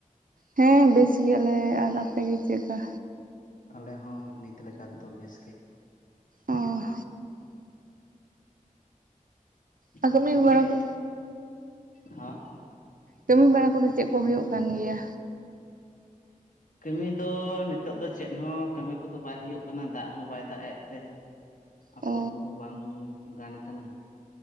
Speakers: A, on the right (about 75°); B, on the left (about 70°).
A: ᱦᱮᱸ ᱵᱮᱥ ᱜᱮᱭᱟᱞᱮ ᱟᱨ ᱟᱯᱮ ᱜᱮ ᱪᱮᱫᱠᱟ?
B: ᱟᱞᱮ ᱦᱚᱸ ᱱᱤᱛ ᱞᱮᱠᱟ ᱛᱮᱫᱚ ᱵᱮᱥ ᱜᱮ ᱾
A: ᱚᱻ ᱟᱨ ᱠᱟᱹᱢᱤ
B: ᱟᱪᱪᱷᱟ ᱪᱮᱫ
A: ᱵᱟᱲᱟ ᱠᱚ
B: ᱦᱟᱸ?
A: ᱠᱟᱹᱢᱤ ᱵᱟᱲᱟ ᱠᱚᱫᱚ ᱪᱮᱫ ᱠᱚ ᱦᱳᱭᱳᱜ ᱠᱟᱱ ᱜᱮᱭᱟ?
B: ᱠᱟᱹᱢᱤ ᱫᱚ ᱱᱤᱛᱚᱜ ᱫᱚ ᱪᱮᱫ ᱦᱚᱸ ᱠᱟᱹᱢᱤ ᱠᱚᱫᱚ ᱵᱟᱭ ᱦᱳᱭᱳᱜ ᱠᱟᱱᱟ ᱫᱟᱜ ᱦᱚᱸ ᱵᱟᱭ ᱫᱟᱜ ᱮᱫ ᱛᱮ ᱾ ᱟᱯᱷᱚᱨ
A: ᱚ
B: ᱠᱚᱦᱚᱸ ᱵᱟᱝ ᱜᱟᱱ ᱠᱟᱱᱟ ᱾